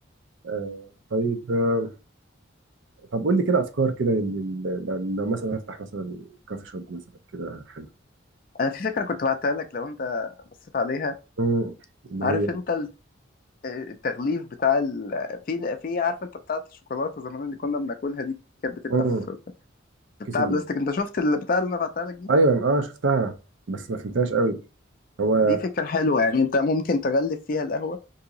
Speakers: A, on the right; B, on the left.
A: آه طيب آه طب قول لي كده افكار كده لل- لل- لو مثلا هفتح مثلا كافي شوب مثلا كده حلو
B: انا في فكره كنت بعتها لك لو انت بصيت عليها
A: مم، اللي
B: عارف
A: هي
B: انت ال- التغليف بتاع ال... في في عارف انت بتاعه الشوكولاته زمان اللي كنا بناكلها دي كانت بتبقى
A: مم،
B: في في
A: كيس
B: بتاع
A: ال...
B: بلاستيك انت شفت البتاع اللي انا بعتها لك دي
A: ايوه اه شفتها بس ما فهمتهاش قوي هو
B: دي فكره حلوه يعني انت ممكن تغلف فيها القهوه